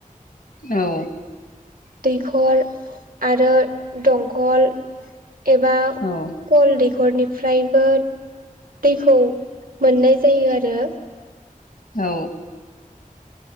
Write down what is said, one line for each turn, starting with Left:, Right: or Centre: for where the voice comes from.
Left: औ
Right: दैखर आरो दंखल एबा
Left: औ
Right: कल दैखरनिफ्रायबो दैखौ मोननाय जायो आरो
Left: औ